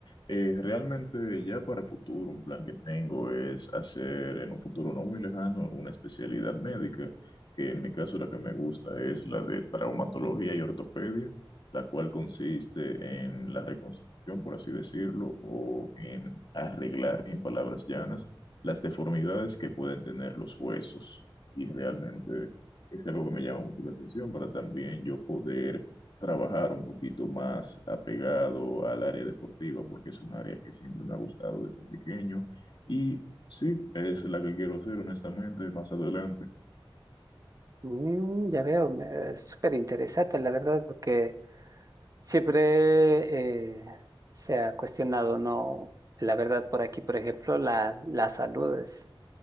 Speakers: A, on the left; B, on the right.
A: eh, realmente ya para futuro, un plan que tengo es hacer en un futuro no muy lejano una especialidad médica, que en mi caso la que me gusta es la de traumatología y ortopedia, la cual consiste en la reconstrucción, por así decirlo, o en arreglar, en palabras llanas, las deformidades que pueden tener los huesos. Y realmente es algo que me llama mucho la atención para también yo poder trabajar un poquito más apegado al área deportiva, porque es un área que siempre me ha gustado desde pequeño. Y sí, es la que quiero hacer, honestamente, más adelante.
B: Mm, ya veo, me- es súper interesante, la verdad, porque... Siempre eh, se ha cuestionado, ¿no? La verdad, por aquí, por ejemplo, la, la salud es-